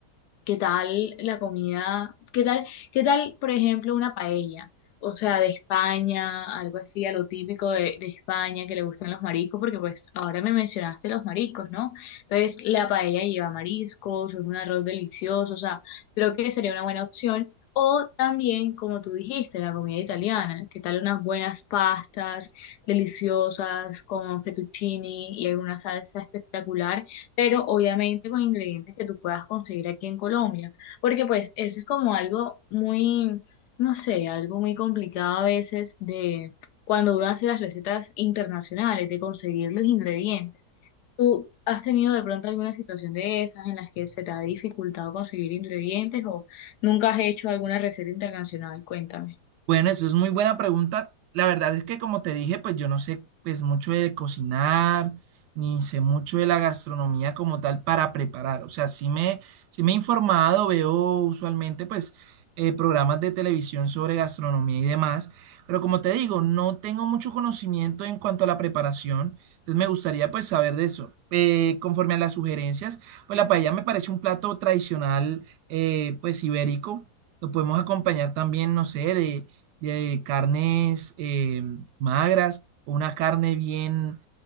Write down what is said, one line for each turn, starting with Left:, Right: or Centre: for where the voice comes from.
Left: ¿Qué tal la comida? ¿Qué tal, qué tal, por ejemplo, una paella? O sea, de España, algo así, a lo típico de, de España que le gustan los mariscos, porque pues ahora me mencionaste los mariscos, ¿no? Entonces, la paella lleva mariscos, es un arroz delicioso, o sea, creo que sería una buena opción. O también, como tú dijiste, la comida italiana. ¿Qué tal unas buenas pastas deliciosas con fettuccini y alguna salsa espectacular? pero obviamente con ingredientes que tú puedas conseguir aquí en Colombia, porque pues eso es como algo muy, no sé, algo muy complicado a veces de cuando uno hace las recetas internacionales, de conseguir los ingredientes. ¿Tú has tenido de pronto alguna situación de esas en las que se te ha dificultado conseguir ingredientes o nunca has hecho alguna receta internacional? Cuéntame.
Right: Bueno, eso es muy buena pregunta. La verdad es que como te dije, pues yo no sé pues mucho de cocinar, ni sé mucho de la gastronomía como tal para preparar. O sea, sí me, sí me he informado, veo usualmente pues eh, programas de televisión sobre gastronomía y demás, pero como te digo, no tengo mucho conocimiento en cuanto a la preparación, entonces me gustaría pues saber de eso. Eh, conforme a las sugerencias, pues la paella me parece un plato tradicional eh, pues ibérico. Lo podemos acompañar también, no sé, de de carnes eh, magras, o una carne bien,